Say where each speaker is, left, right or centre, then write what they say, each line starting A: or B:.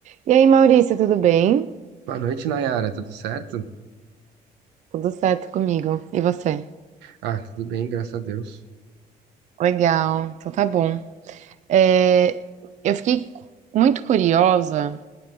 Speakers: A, on the right; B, on the right.
A: E aí, Maurício, tudo bem?
B: Boa noite, Nayara. Tudo certo?
A: Tudo certo comigo. E você?
B: Ah, tudo bem, graças a Deus.
A: Legal, então tá bom. É, eu fiquei muito curiosa,